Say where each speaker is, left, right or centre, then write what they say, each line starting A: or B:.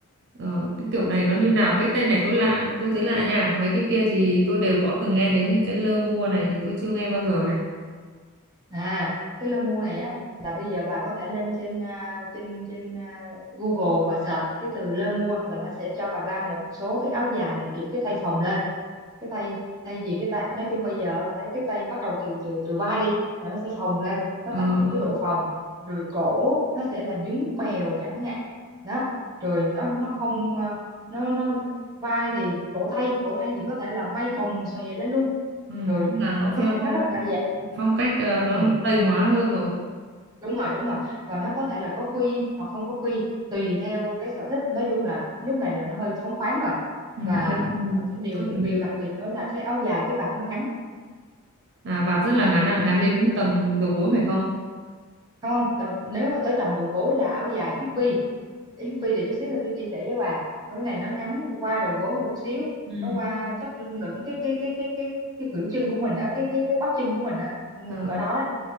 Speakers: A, on the right; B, on the right.
A: Ờ, cái kiểu này
B: ừ.
A: nó như nào cái tên này tôi lạ tôi thấy lạ nha mấy cái kia thì tôi đều
B: ừ.
A: có từng nghe đến nhưng cái lơ mua này thì tôi chưa nghe bao giờ này
B: À, cái lơ mu này á là bây giờ bà có thể lên trên à, trên trên à, Google bà search cái từ lơ mua là nó sẽ cho bà ra một số cái áo dài là kiểu cái tay phồng lên, cái tay thay vì cái tay nói chung bây giờ bà thấy cái tay bắt đầu từ từ từ vai đi là nó sẽ phồng lên, nó
A: ờ
B: tạo những
A: ờ
B: cái độ phồng rồi cổ nó sẽ là nhún bèo chẳng hạn. Đó, rồi nó nó không à, nó nó vai thì cổ tay, cổ tay thì có thể là may bồng xòe lên luôn.
A: ừ,
B: Rồi
A: tức là nó
B: có
A: theo
B: thể
A: phong
B: nó rất là đa dạng.
A: phong cách ờ, nó
B: Ừ
A: tây hóa hơn rồi
B: đúng rồi đúng rồi và nó có thể là có quy hoặc không có quy tùy theo cái sở thích nói chung là lúc này là nó hơi phóng khoáng rồi
A: ừ,
B: và
A: ừ, ừ.
B: ờ, cái điều
A: tôi
B: một
A: tưởng
B: điều đặc biệt nữa là cái áo dài cái vạt nó ngắn
A: à vạt rất là ngắn à, ngắn đến tầm đầu
B: không
A: gối phải không
B: không đầm, nếu mà tới tầm đầu gối là áo dài hippie hippie thì chút xíu là tôi chia sẻ với bà cái này nó ngắn qua đầu gối một chút xíu
A: ừ.
B: nó qua chắc lưng lửng cái cái cái cái cái cái khuỷu chân của mình á cái cái cái bắp chân của mình á nhưng
A: Ờ,
B: mà cỡ đó đó